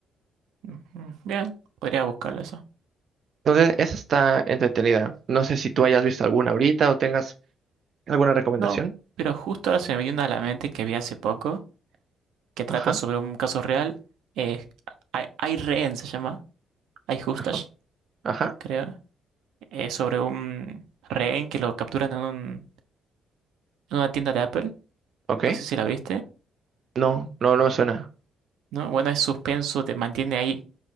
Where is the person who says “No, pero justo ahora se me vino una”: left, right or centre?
Right